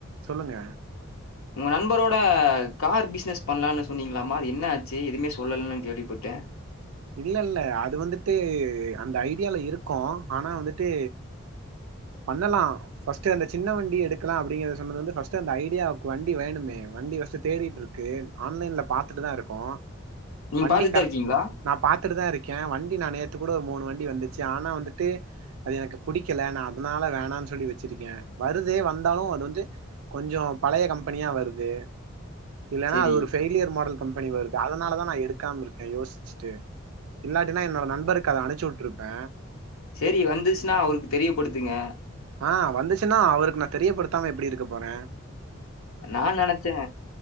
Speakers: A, on the right; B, on the left.
A: சொல்லுங்க
B: உங்க நண்பரோட கார் பிஸ்னஸ் பண்ணலான்னு சொன்னீங்களாமா அது என்ன ஆச்சு எதுவுமே சொல்லலுனு கேள்விப்பட்ட
A: இல்ல இல்ல அது வந்துட்டு அந்த ஐடியால இருக்கோ ஆனா வந்துட்டு பண்ணலா பர்ஸ்ட் அந்த சின்ன வண்டி எடுக்கலா அப்படிங்கிறது சொன்னது வந்து பர்ஸ்ட் அந்த ஐடியாவுக்கு வண்டி வேணுமே வண்டி பர்ஸ்ட் தேடிட்டு இருக்கு ஆன்லைன்ல பாத்துட்டுதா இருக்கோ
B: நீங்க
A: வண்டி
B: பார்த்துட்டு
A: கரெக்ட்
B: தான் இருக்கீங்களா?
A: நா பாத்துட்டுதா இருக்க வண்டி நா நேத் நேத்து கூட ஒரு மூணு வண்டி வந்துச்சு ஆனா வந்துட்டு அது எனக்கு புடிக்கல நா அதனால வேணானு சொல்லி வச்சிருக்க வருது வந்தாலு அது வந்து கொஞ்சோ பழைய கம்பெனியா வருது இல்லன்னா
B: சரி.
A: அது ஒரு ஃபெய்லியர் மாடல் கம்பெனி வருது அதனாலதா நா எடுக்காம இருக்க யோசிச்சிட்டு இல்லாட்டினா என்னோட நண்பருக்கு அத அனுப்பிச்சு விட்டிருப் ப
B: சேரி வந்துருச்சுனா அவருக்கு தெரியப்படுத்துங்க
A: ஆஹ் வந்துச்சுனா அவருக்கு நா தெரியப்படுத்தாம எப்படி இருக்க போற
B: நா நெனச்ச